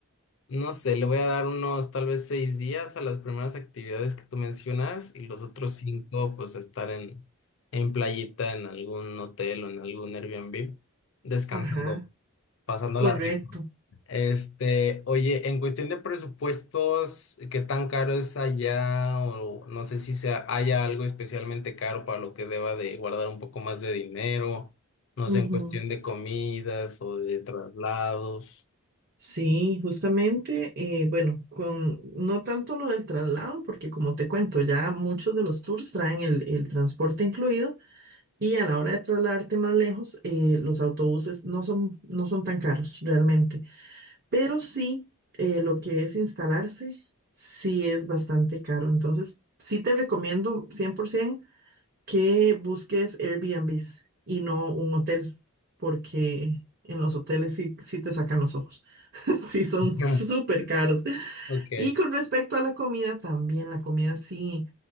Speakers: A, on the left; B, on the right.
A: no sé, le voy a dar unos tal vez seis días a las primeras actividades que tú mencionas y los otros cinco pues a estar en, en playita, en algún hotel o en algún Airbnb, descansando,
B: Ajá,
A: pasando
B: correcto.
A: la este, oye, en cuestión de presupuestos, ¿qué tan caro es allá? O no sé si sea, haya algo especialmente caro para lo que deba de guardar un poco más de dinero. No
B: Ujú.
A: sé, en cuestión de comidas o de traslados.
B: Sí, justamente, eh, bueno, con no tanto lo del traslado, porque como te cuento, ya muchos de los tours traen el, el transporte incluido y a la hora de trasladarte más lejos, eh, los autobuses no son, no son tan caros realmente, pero sí, eh, lo que es instalarse, sí es bastante caro. Entonces, sí te recomiendo 100%. que busques Airbnbs y no un hotel, porque en los hoteles sí, sí te sacan los ojos, <laughs> sí son
A: <laughs>
B: súper caros.
A: Ok,
B: Y con respecto a la comida también, la comida sí,